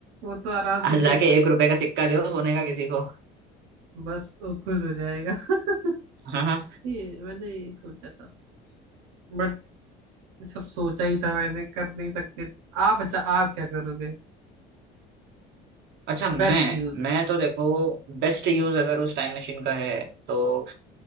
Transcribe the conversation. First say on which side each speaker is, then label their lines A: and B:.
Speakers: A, on the right (about 90°); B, on the right (about 60°).
A: वो तो आराम से
B: आज लाके
A: दे
B: एक रुपए का सिक्का दो सोने का किसी को
A: बस वो खुश हो जाएगा <laughs>
B: <laughs>
A: ये मैंने ये सोचा था बट ये सब सोचा ही था मैंने कर नहीं सकते थे। आप अच्छा आप क्या करोगे
B: अच्छा मैं
A: बेस्ट यूज
B: मैं तो देखो बेस्ट यूज अगर उस टाइम मशीन का है तो